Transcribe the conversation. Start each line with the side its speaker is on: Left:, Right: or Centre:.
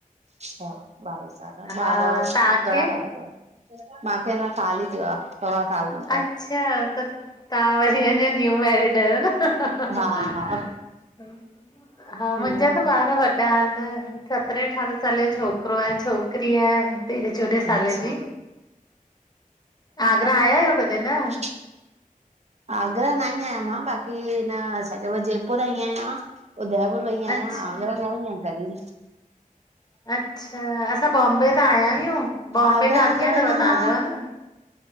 Right: हा बावीह साल
Left: हा
Right: ॿार
Left: तव्हांखे
Right: घणा ॿार मा खे अञा साल ही थियो आ सवा साल जो
Left: अच्छा त तव्हां वरी अञा न्यू मैरिड आहियो न ह ह
Right: हा हा
Left: हा
Right: हम्म
Left: मुंहिंजा त ॿार वॾा वॾा ईन सतरहें अठारहें साले जो छोकिरो ऐं छोकिरी आहे तेरहें चोॾहें साले
Right: अच्छा
Left: जी आगरा आया आहियो कॾहिं न
Right: च आगरा न आहियां मां बाक़ी न छा चयबो आ जयपुर आई आहियां उदयपुर वई
Left: अच्छा
Right: आहियां आगरा न वई आहियां कॾी
Left: अच्छा असां बॉम्बे त आया आहियूं बॉम्बे
Right: आगरा
Left: खां
Right: मतिलबु
Left: अॻियां अथव
Right: ह न
Left: तव्हांजो
Right: मां
Left: आ न